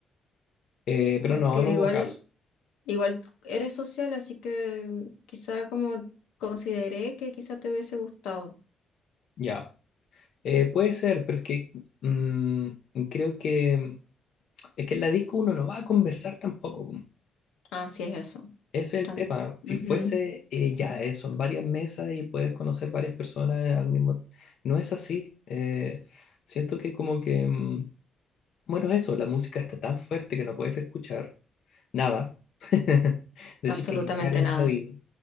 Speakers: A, on the left (about 65°); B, on the left (about 80°).
A: eh, pero
B: Porque
A: no, no hubo
B: igual,
A: caso.
B: igual eres social, así que quizá como consideré que quizá te hubiese gustado.
A: Ya. Eh, puede ser, pero es que mm, creo que Es que en la disco uno no va a conversar tampoco. po.
B: Ah, sí es eso.
A: Ese es
B: También.
A: el tema. Si fuese, eh, ya, eh, son varias mesas y puedes conocer varias personas al mismo... No es así. Eh, siento que como que... mm, Bueno, eso, la música está tan fuerte que no puedes escuchar nada. <laughs> De
B: absolutamente
A: hecho, hay que gritar en
B: nada.
A: el oído,